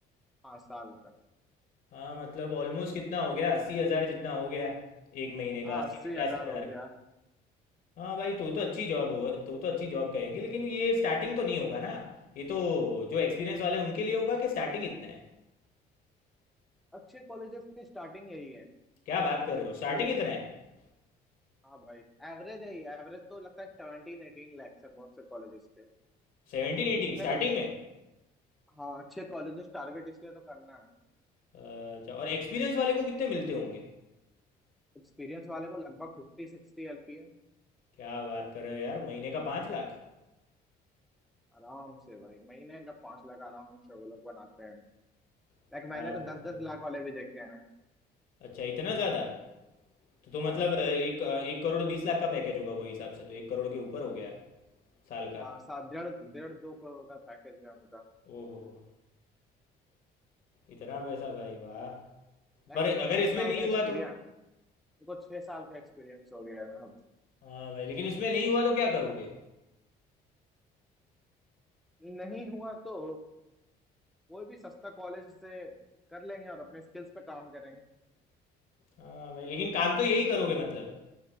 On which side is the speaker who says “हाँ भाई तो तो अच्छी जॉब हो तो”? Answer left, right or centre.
Left